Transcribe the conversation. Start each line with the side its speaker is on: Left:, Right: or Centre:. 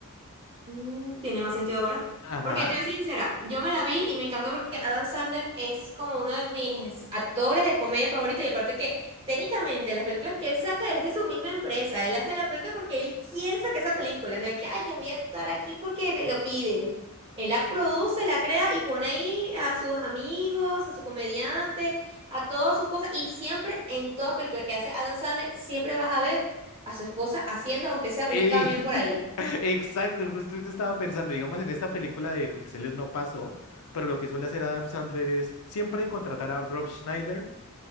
Right: Mm, tiene más sentido ahora.
Left: Ajá.
Right: Porque te voy a ser sincera, yo me la vi y me encantó porque Adam Sandler es como uno de mis actores de comedia favoritos y aparte que técnicamente las películas que él saca es de su misma empresa, él hace la película porque él quiere sacar esa película, no es que, ay, yo voy a estar aquí porque me lo piden. Él la produce, la crea y pone ahí a sus amigos, a sus comediantes, a todas sus cosas y siempre en toda película que hace Adam Sandler, siempre vas a ver a su esposa haciendo, aunque sea
Left: Ey,
Right: un cameo
Left: <laughs>
Right: por ahí.
Left: Exacto, justo eso estaba pensando, digamos, en esta película de Pixeles no pasó, pero lo que suele hacer Adam Sandler es siempre contratar a Rob Schneider,